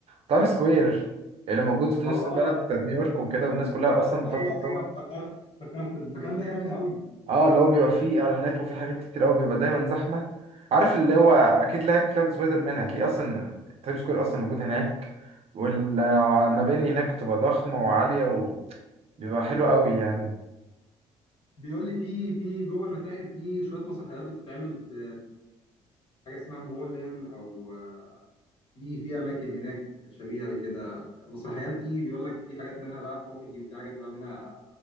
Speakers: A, on the right; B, on the left.
A: تايم سكوير اللي موجود في
B: اه
A: نص البلد بتاعت نيويورك وكده والناس كلها اصلا بتقعد
B: ايوه
A: تتصور
B: ايوه افتكرت افتكرت المكان ده جامد قوي
A: اه اللي هو بيبقى فيه اعلانات وفيه حاجات كتير قوي بيبقى دايما زحمه عارف اللي هو اكيد لعبت لعبه سبايدر مان هتلاقيه اصلا تايم سكوير اصلا موجود هناك والمباني هناك بتبقى ضخمه وعاليه وبيبقى حلو قوي يعني
B: بيقول لي في في جوه المتاحف في شويه مسرحيات بتتعمل في حاجه اسمها مولان او في في اماكن هناك شبيهه لكده المسرحيات دي بيقول لك في حاجات منها بقى كوميدي وفي حاجات بقى منها